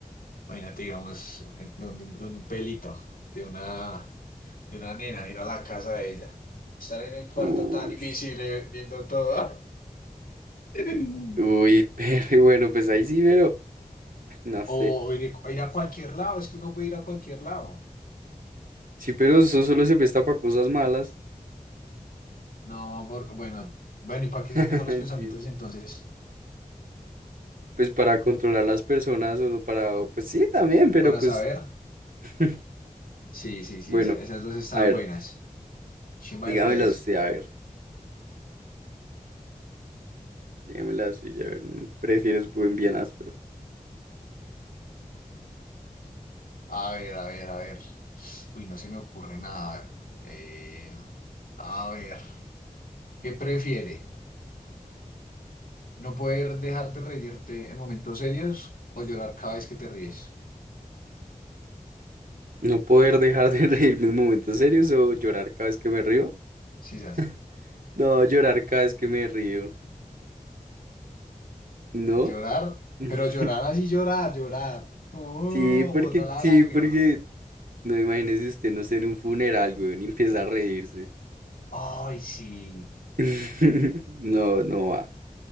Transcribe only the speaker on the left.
Imagínate, digamos, en- donde, donde un pelito de una, de una nena, ir a la casa de ella. Estar en el cuarto
tan invisible viendo todo. <laughs>
O ir, o ir a cualquier lado, es que uno puede ir a cualquier lado.
No, por- bueno, bueno, ¿y para qué
se me salen los pensamientos
entonces?
Para
saber.
Sí, sí, sí,
esa- esas dos están
buenas. Chimba
de poderes.
A ver, a ver, a ver. Uy, no se me ocurre nada. Eh, a ver, ¿qué prefiere? ¿No poder dejarte reírte en momentos serios o llorar cada vez que te ríes?
Sí, sas.
Llorar,
pero llorar así, llorar, llorar. Como,
Uh, botar la
lágrima.
Ay, sí,